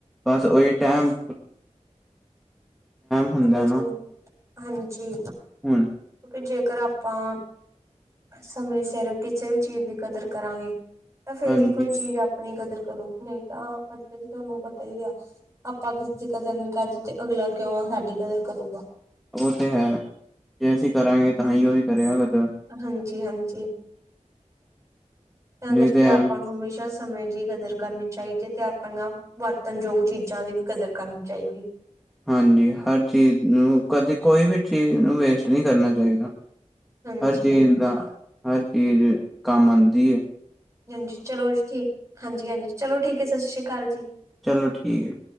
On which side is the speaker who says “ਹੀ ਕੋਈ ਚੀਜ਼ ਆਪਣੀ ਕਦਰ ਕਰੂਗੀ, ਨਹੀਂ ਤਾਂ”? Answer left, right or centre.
Right